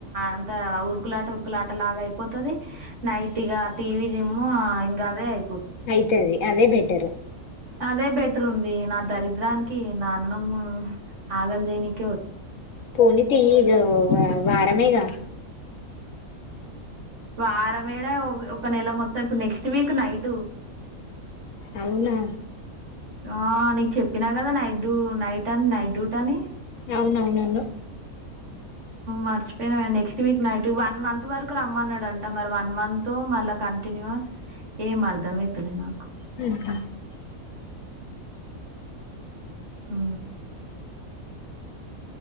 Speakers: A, on the right (about 55°); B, on the left (about 65°).
A: అంత ఉరుకులాట ఉరుకులాట లాగా అయిపోతది నైట్ ఇగా టీవీ జిమ్ ఇంగా అదే అయి
B: అయితది అదే బెటరు
A: అదే బెటర్ ఉంది నా దరిద్రానికి నా అన్నం ఆగంజేనికి
B: పోనీతీయిగా వారమేగా
A: వారంయేడ ఒక నెల మొత్తం ఇప్పుడు నెక్స్ట్ వీక్ నైట్
B: అవునా
A: ఆ నీకు చెప్పినా కదా నైట్ డూ నైట్ అని నైట్ డ్యూటి అని
B: అవునవునను అన్నావ్
A: మర్చిపోయినా next week night one month వరకు రమ్మన్నాడంట మరి వన్ మంత్తో మళ్ళ కంటిన్యూ ఏం అర్థమైతలే నాకు
B: హుహు
A: ఉ